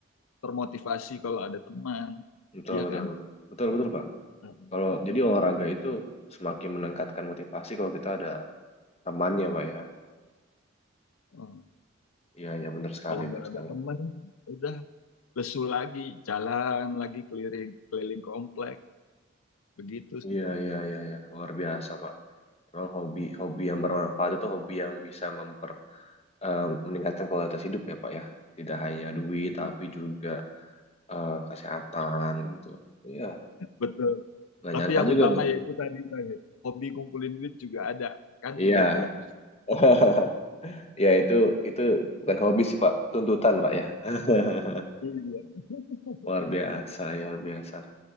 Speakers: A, on the left (about 80°); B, on the left (about 30°).
A: termotivasi kalau ada teman,
B: Betul,
A: iya
B: betul,
A: kan?
B: betul. Betul, betul, Pak.
A: Eh,
B: Kalau jadi olahraga itu semakin meningkatkan motivasi kalau kita ada temannya, Pak ya.
A: eh,
B: Iya, iya, benar sekali,
A: Kalau
B: benar
A: nggak
B: sekali.
A: ada teman, udah lesu lagi, jalan lagi keliling keliling komplek, begitu sudah.
B: Iya, iya, iya, iya. Luar biasa, Pak. Memang hobi hobi yang bermanfaat itu hobi yang bisa memper eh, meningkatkan kualitas hidup ya, Pak ya. Tidak hanya duit,
A: <laughs>
B: tapi juga eh, kesehatan gitu. Iya,
A: betul.
B: Gak
A: Tapi
B: nyangka
A: yang utama
B: juga nih.
A: ya itu tadi tadi hobi kumpulin duit juga ada, kan
B: Iya.
A: begitu.
B: <laughs> Ya itu itu bukan hobi sih Pak, tuntutan Pak ya. <laughs>
A: Iya. <laughs>
B: Luar biasa ya, luar biasa. lah.